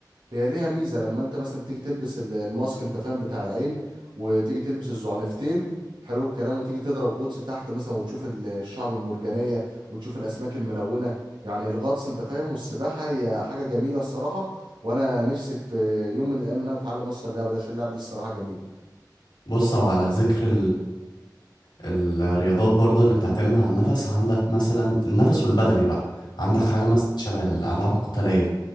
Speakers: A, on the right; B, on the left.
A: هي ليها ميزه لما انت مثلا تيجي تلبس ال- الماسك انت فاهم بتاع العين وتيجي تلبس الزعنفتين حلو الكلام وتيجي تضرب غطس تحت مثلا وتشوف ال- الشعب المرجانيه وتشوف الاسماك الملونه يعني الغطس انت فاهم والسباحه هي حاجه جميله الصراحه وانا نفسي في يوم من الايام ان انا اتعلم اصلا اللعبه دي عشان اللعبه دي الصراحه جميله
B: بص هو على ذكر الرياضات برضه اللي بتعتمد على النفس عندك مثلا النفس والبدني بقى عندك
A: مم.
B: حاجة مثلا شبه الألعاب القتالية